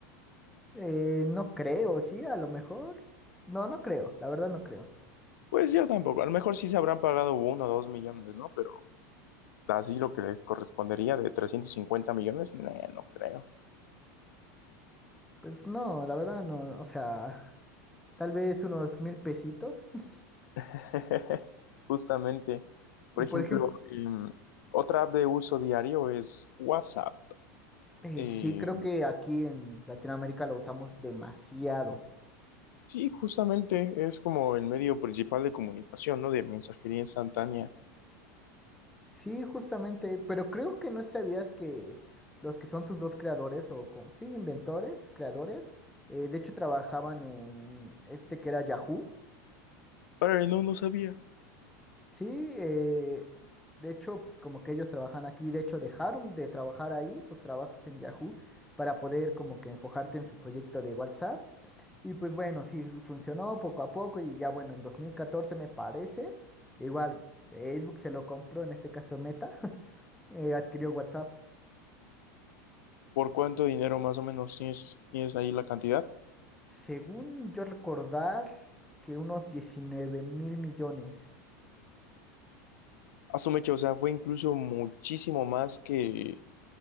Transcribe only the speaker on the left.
Pues yo tampoco. A lo mejor sí se habrán pagado uno o dos millones, ¿no? Pero así lo que les correspondería de 350 millones, nee, no creo.
<laughs> Justamente, por
ejemplo,
em, otra app de uso diario es WhatsApp.
Eh,
sí, justamente es como el medio principal de comunicación, ¿no? De mensajería instantánea.
Pero no, no sabía.
¿Por cuánto dinero más o menos tienes, tienes ahí la cantidad?
A su o sea, fue incluso muchísimo más que